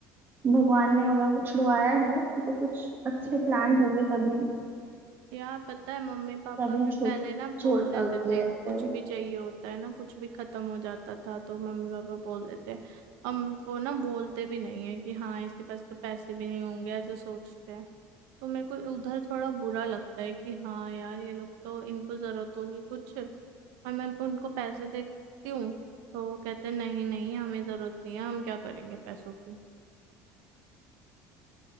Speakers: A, on the right (about 35°); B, on the right (about 80°).
A: भगवान ने अगर कुछ छुड़वाया है तो कुछ अच्छे प्लान होंगे तभी
B: यार पता है मम्मी पापा
A: तभी
B: भी पहले
A: छूट
B: ना
A: छोड़
B: बोल देते
A: गया
B: थे कुछ
A: है
B: भी चाहिए होता है ना कुछ भी खत्म हो जाता था तो मम्मी पापा बोल देते हम वो ना बोलते भी नहीं है कि हाँ इसके पास तो पैसे भी नहीं होंगे ऐसे सोचते हैं तो मेरे को उधर थोड़ा बुरा लगता है कि हाँ यार ये लोग तो इनको जरूरत होगी कुछ और मैं उनको पैसे देती हूँ तो वो कहते हैं, नहीं नहीं हमें जरूरत नहीं है हम क्या करेंगे पैसों की